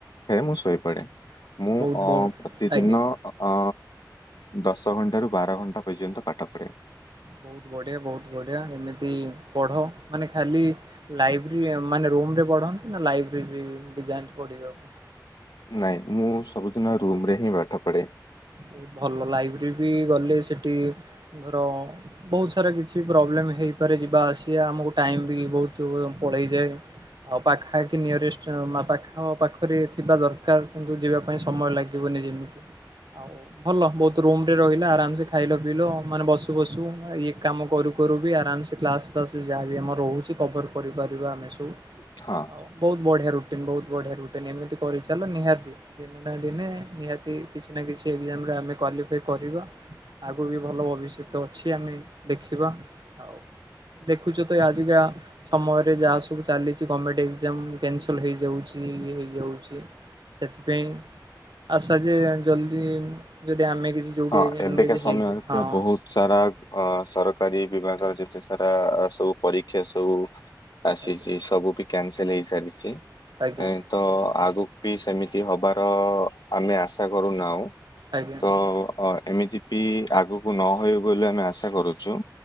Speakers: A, on the left; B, on the right.
A: ହେ ମୁଁ ଶୋଇପଡ଼େ ମୁଁ
B: ବହୁତ
A: ଅ
B: ବହୁତ
A: ପ୍ରତିଦିନ।
B: ଆଜ୍ଞା।
A: ଅ ଦଶ ଘଣ୍ଟାରୁ ବାର ଘଣ୍ଟା ପର୍ଯ୍ୟନ୍ତ ପାଠ ପଢ଼େ।
B: ବହୁତ ବଢିଆ ବହୁତ ବଢିଆ ଏମିତି ପଢ। ମାନେ ଖାଲି ଲାଇବ୍ରେରୀ ମାନେ ରୁମରେ ପଢ଼ନ୍ତି ନା ଲାଇବ୍ରେରୀ ଯାନ୍ତି ପଢିବାକୁ।
A: ନାଇଁ ମୁଁ ସବୁଦିନ ରୁମରେ ହିଁ ପାଠ ପଢେ।
B: ବହୁତ ଭଲ ଲାଇବ୍ରେରୀ ବି ଗଲେ ସେଠି ଧର ବହୁତ ସାରା କିଛି ପ୍ରୋବ୍ଲେମ ହେଇପାରେ ଯିବା ଆସିବା ଆମକୁ ଟାଇମ ବି ବହୁତ ପଳେଇଯାଏ। ଆଉ ପାଖା ପାଖି ନିୟରେଷ୍ଟ ପାଖ ପାଖରେ ଥିବା ଦରକାର କିନ୍ତୁ ଯିବା ପାଇଁ ସମୟ ଲାଗେ। ଯିବନି ଯେମିତି। ଆଉ ଭଲ ବହୁତ ରୁମ ରେ ରହିଲ ଆରାମସେ ଖାଇଲ ପିଇଲ ମାନେ ବସୁ ବସୁ ଇଏ କାମ କରୁ ଘରୁ ବି ଆରାମସେ କ୍ଲାସ୍ ଫ୍ଲାସ୍ ଯାହାବି ଆମର ରହୁଛି କଭର୍ କରିପାରିବା ଆମେ ସବୁ।
A: ହଁ।
B: ଆଉ ବହୁତ ବଢିଆ ରୁଟିନ ବହୁତ ବଢିଆ ରୁଟିନ ଏମିତି କରିଚାଲ ନିହାତି ଦିନେ ନା ଦିନେ ନିହାତି କିଛି ନା କିଛି ଏ ଗ୍ଜାମରେ ଆମେ କ୍ୱାଲିଫାଏ କରିବା। ଆଗକୁ ବି ଭଲ ଭବିଷ୍ୟତ ଅଛି ଆମେ ଦେଖିବା ଆଉ ଦେଖୁଛ ତ ଆଜିିକା ସମୟରେ ଯାହା ସବୁ ଚାଲିଛି ଗର୍ମେଣ୍ଟ ଏଗ୍ଜାମ କ୍ୟାନସଲ ହେଇଯାଉଛି ଇ ହେଇ ଇଏ ହଉଛି, ସେଥିପାଇଁ ଆଶା ଯେ ଜଲ୍ଦି ଯଦି ଆମେ କିଛି ଯୋଉଠି
A: ହଁ
B: କି
A: ଏବେକା
B: ଏନ୍ଗେଜ୍
A: ସମୟରେ
B: ହେଇଯିବା ହଁ।
A: ବହୁତ ସାରା ଅ ସରକାରୀ ବିଭାଗର ଯେତେ ସାରା ସବୁ ପରୀକ୍ଷା ସବୁ ଆସିଛି
B: ଆଜ୍ଞା
A: ସବୁ ବି କ୍ୟାନସେଲ ହେଇସାରିଛି।
B: ଆଜ୍ଞା
A: ତ ଆଗକୁ ବି ସେମିତି ହବାର ଆମେ ଆଶା କରୁନାଉ।
B: ଆଜ୍ଞା
A: ତ ଏମିତି ବି ଆଗକୁ ନହଉ ବୋଲି ଆମେ ଆଶା କରୁଚୁ।